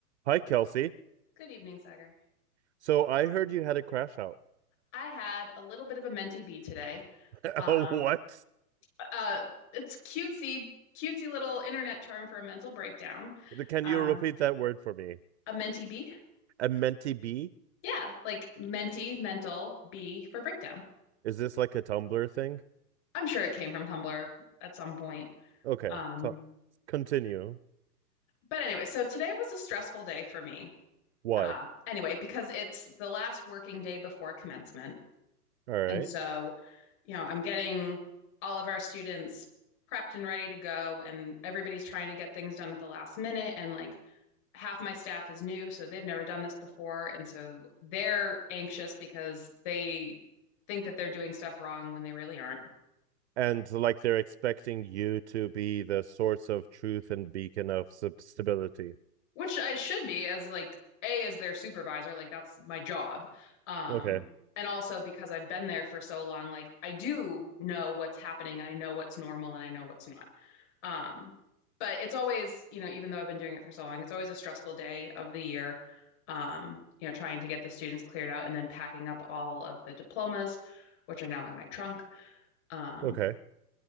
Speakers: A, on the right; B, on the left.
A: Hi, Kelsey.
B: Good evening, Sagar.
A: So I heard you had a crash out.
B: I had a little bit of a mentee bee today.
A: <laughs>
B: Um,
A: Oh, what?
B: uh, it's cutesy, cutesy little internet term for a mental breakdown.
A: Can
B: Um,
A: you repeat that word for me?
B: a mentee bee?
A: A mentee B?
B: Yeah, like mentee, mental, bee for breakdown.
A: Is this like a Tumblr thing?
B: I'm sure it came from Tumblr at some point.
A: Okay,
B: Um,
A: co- continue.
B: but anyway, so today was a stressful day for me.
A: Why?
B: Uh, anyway, because it's the last working day before commencement.
A: All right.
B: And so, you know, I'm getting all of our students prepped and ready to go, and everybody's trying to get things done at the last minute. And like half my staff is new, so they've never done this before. And so they're anxious because they think that they're doing stuff wrong when they really aren't,
A: And like they're expecting you to be the source of truth and beacon of sub- stability.
B: which I should be as like A, as their supervisor, like that's my job. Um,
A: Okay,
B: and also because I've been there for so long, like I do know what's happening and I know what's normal and I know what's not. Um, but it's always, you know, even though I've been doing it for so long, it's always a stressful day of the year. Um, you know, trying to get the students cleared out and then packing up all of the diplomas, which are now in my trunk. Um,
A: okay.